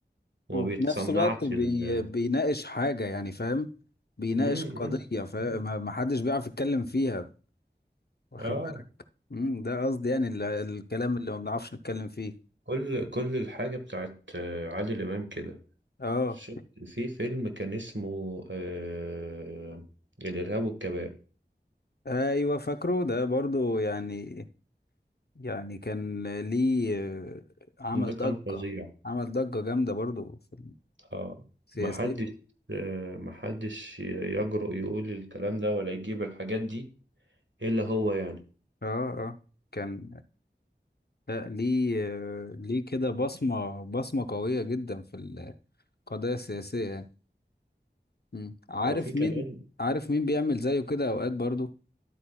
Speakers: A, on the right; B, on the left.
A: وما
B: وفي
A: بيتصنعش
B: نفس الوقت بي...
A: ال
B: بيناقش حاجة يعني فاهم بيناقش
A: مم،
B: قضية
A: مم،
B: فما
A: مم.
B: ما حدش بيعرف يتكلم فيها واخد
A: اه
B: بالك امم ده قصدي يعني ال... الكلام اللي ما بنعرفش نتكلم فيه
A: كل كل الحاجة بتاعت آه، عادل إمام كده
B: اه
A: شفت في فيلم كان اسمه آه الإرهاب والكباب
B: ايوه فاكره ده برضو يعني يعني كان ليه آه، عمل
A: ده
B: ضجة
A: كان فظيع
B: عمل ضجة جامدة برضو في
A: اه
B: السياسية
A: محدش آه محدش يجرؤ يقول الكلام ده ولا يجيب الحاجات دي إلا هو يعني
B: اه اه كان لا ليه آه، ليه كده بصمة بصمة قوية جدا في القضايا السياسية يعني مم. عارف
A: هو في كمان
B: مين عارف مين بيعمل زيه كده اوقات برضو